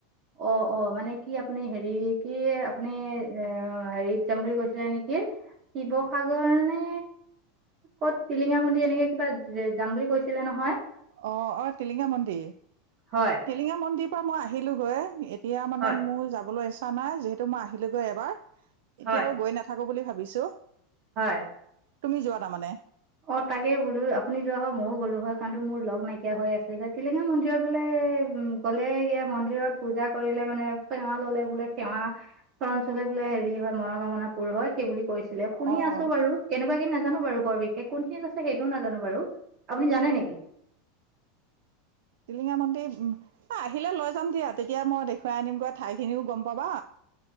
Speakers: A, on the right (about 35°); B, on the right (about 75°).
A: অ অ মানে কি আপুনি হেৰি কি আপুনি এ হেৰিত যাম বুলি কৈছিলে নেকি শিৱসাগৰ নে কত টিলিঙা মন্দিৰ এনেকে কিবা যাম বুলি কৈছিলে নহয়
B: অ অ টিলিঙা মন্দিৰ
A: হয়
B: টিলিঙা মন্দিৰ পৰা মই আহিলোগৈ এতিয়া মানে
A: হয়
B: মোৰ যাবলৈ ইচ্ছা নাই, যিহেতু মই আহিলোগৈ এবাৰ, এতিয়া
A: হয়
B: আৰু গৈ নাথাকো বুলি ভাবি বিছো।
A: হয়।
B: তুমি যোৱা তাৰমানে।
A: অ', তাকে বোলো আপুনি যোৱা হয় ময়ো গ'লো হয়, কাৰণটো মোৰ লগ নাইকিয়া হৈ আছে যে টিলিঙা মন্দিৰত বোলে এ, গলে গে মন্দিৰত পূজা কৰিলে মানে সেৱা ললে বোলে সেৱা চৰন চুই বোলে হেৰি হয় মন কামনা পূৰ হয় সেই বুলি কৈছিলে শুনি
B: অ'
A: আছো
B: অ'
A: বাৰু কেনেকুৱা কি নাজানো বাৰু বৰ বিশেষ কোনখিন আছে সেইটোও নাজানো বাৰু আপুনি জানে নেকি
B: টিলিঙা মন্দিৰ আহিলে লৈ যাম দিয়া তেতিয়া মই দেখুৱাই আনিমগৈ ঠাইখিনিও গম পাবা